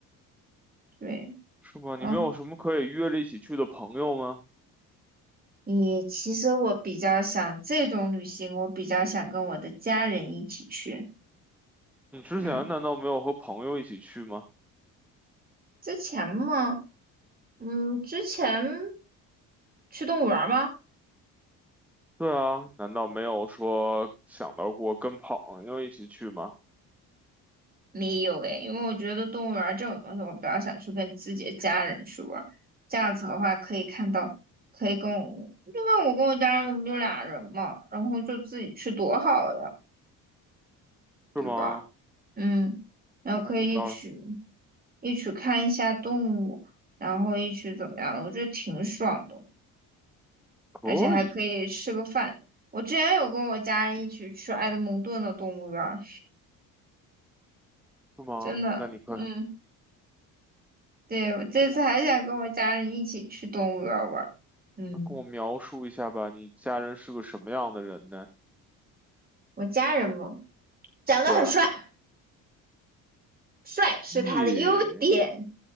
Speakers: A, on the right; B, in the centre.
A: 对，
B: 是吗？
A: 嗯，
B: 你没有什么可以约着一起去的朋友吗？
A: 也其实我比较想这种旅行，我比较想跟我的家人一起去。
B: 你之前难道没有和朋友一起去吗？
A: 嗯，之前嘛，嗯，之前去动物园儿吗？
B: 对啊，难道没有说想到过跟朋友一起去吗？
A: 没有诶，因为我觉得动物园儿这种东西，我比较想去跟自己的家人去玩儿这样子的话，可以看到，可以跟我，因为我跟我家人，我们就俩人嘛，然后就自己去多好呀，对吧？
B: 是吗？
A: 嗯，然后可以一起
B: 那你倒是
A: 一起看一下动物，然后一起怎么样的，我觉得挺爽的，
B: 可以，
A: 而且还可以吃个饭。我之前有跟我家人一起去埃德蒙顿的动物园儿
B: 是吗？
A: 真的，
B: 那你可以
A: 嗯。对，我这次还想跟我家人一起去动物园儿玩儿。
B: 跟我
A: 嗯，
B: 那跟我描述一下吧，你家人是个什么样的人呢？
A: 我家人嘛，长得很帅，
B: 对啊，
A: 帅是他的优点，
B: 咦，